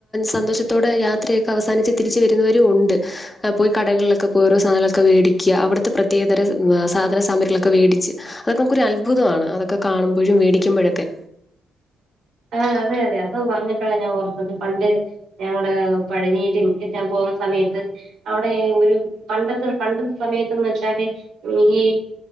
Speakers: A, on the left; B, on the right.
A: സന്തോഷത്തോടെ യാത്രയൊക്കെ അവസാനിച്ച് തിരിച്ചു വരുന്നവരും ഉണ്ട് പോയി കടളിലൊക്കെ പോയി ഓരോ സാധനങ്ങളൊക്കെ വേടിക്കുക അവിടുത്തെ പ്രത്യേകതര സാധന സാമഗ്രികളൊക്കെ വേടിച്ച് അതൊക്കെ നമുക്കൊരു അത്ഭുതമാണ് അതൊക്കെ കാണുമ്പോഴും വേടിക്കുമ്പഴൊക്കെ
B: ആഹ് അതെ അതെ അതു പറഞ്ഞപ്പോഴ ഞാൻ ഓർത്തത് പണ്ട് ഞങ്ങള് പഴനീലും എത്താൻ പോകുന്ന സമയത്ത് അവിടെ ഒരു പണ്ടത്തെ പണ്ടത്തെ സമയത്തന്ന്വെച്ചാല് ഈ